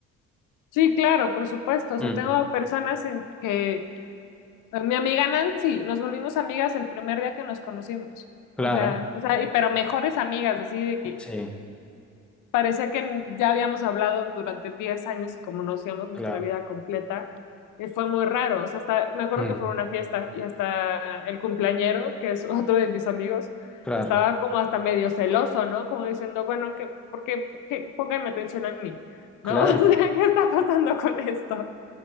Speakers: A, on the left (about 90°); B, in the centre.
A: Sí, claro, por supuesto. O sea,
B: Mm,
A: tengo personas en que pues, mi amiga Nancy, nos volvimos amigas el primer día que nos conocimos.
B: claro,
A: O sea, o sea, y, pero mejores amigas, así de que
B: sí,
A: Parecía que ya habíamos hablado durante 10 años y como conocíamos nuestra
B: claro,
A: vida completa, y fue muy raro. O sea, hasta, me acuerdo
B: mm,
A: que fue una fiesta y hasta el cumpleañero, que es <laughs> otro de mis amigos,
B: claro,
A: estaba como hasta medio celoso, ¿no? Como diciendo, bueno, que, ¿por qué, qué- pónganme atención a mí,
B: claro.
A: ¿no? <laughs> O sea, ¿qué está pasando con esto?